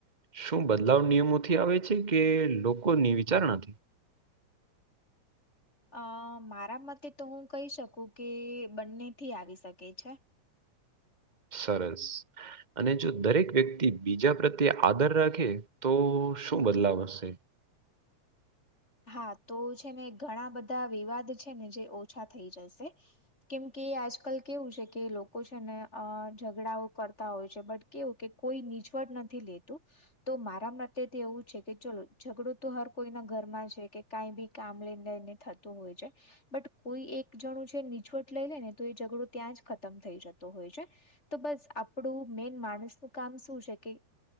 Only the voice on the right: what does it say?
શું બદલાવ નિયમોથી આવે છે કે લોકોની વિચારણાથી?
સરસ. અને જો દરેક વ્યક્તિ બીજા પ્રત્યે આદર રાખે તો શું બદલાવ હશે?